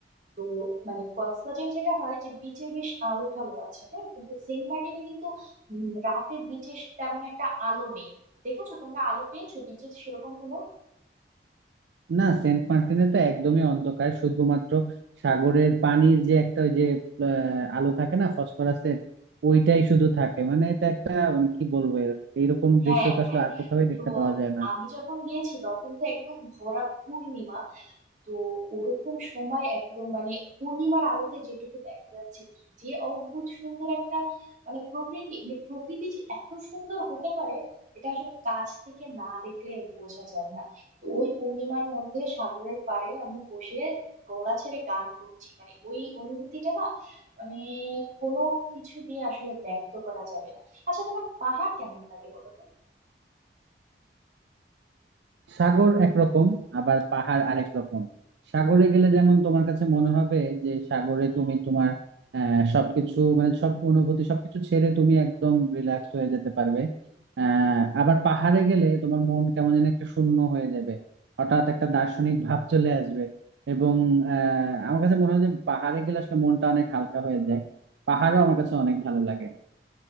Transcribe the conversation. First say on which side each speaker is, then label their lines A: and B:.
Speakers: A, on the right; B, on the right.
A: তো মানে কক্সবাজারে যেটা হয় যে বিচে বেশ আলো ঠালো আছে হ্যাঁ কিন্তু সেন্ট মার্টিনে কিন্তু উম, রাতে বিচে তেমন একটা আলো নেই দেখেছো তোমরা আলো পেয়েছো বিচে সেরকম কোনো
B: না সেন্ট মার্টিনে তো একদমই অন্ধকার শুধুমাত্র সাগরের পানির যে একটা ওই যে আহ, আলো থাকে না ফসফরাসের ওইটাই শুধু থাকে মানে এটা একটা মানে কি বলবো এর- এইরকম
A: হ্যাঁ
B: দৃশ্য তো
A: হ্যাঁ
B: আসলে আর কোথাও দেখতে
A: তো
B: পাওয়া যায় না
A: আমি যখন গিয়েছি তখন তো একদম ভরা পূর্ণিমা তো ওরকম সময় একদম মানে পূর্ণিমার আলোতে যেটুকু দেখা যাচ্ছে কি যে অদ্ভুত সুন্দর একটা মানে প্রকৃতি মানে প্রকৃতি যে এত সুন্দর হতে পারে এটা আসলে কাছ থেকে না দেখলে বোঝা যায় না তো ওই পূর্ণিমার মধ্যে সাগরের পাড়ে আমি বসে গলা ছেড়ে গান করছি মানে ওই অনুভূতিটা না মানে কোনো কিছু দিয়ে আসলে ব্যক্ত করা যাবে না আচ্ছা তোমার পাহাড় কেমন লাগে বলো তো?
B: সাগর একরকম আবার পাহাড় আরেক রকম সাগরে গেলে যেমন তোমার কাছে মনে হবে যে সাগরে তুমি তোমার আহ, সবকিছু মানে সব অনুভূতি সবকিছু ছেড়ে তুমি একদম রিল্যাক্স হয়ে যেতে পারবে আহ আবার পাহাড়ে গেলে তোমার মন কেমন যেন একটা শূন্য হয়ে যাবে হঠাৎ একটা দার্শনিক ভাব চলে আসবে এবং আহ আমার কাছে মনে হয় যে পাহাড়ে গেলে আসলে মনটা অনেক হালকা হয়ে যায় পাহাড়ও আমার কাছে অনেক ভালো লাগে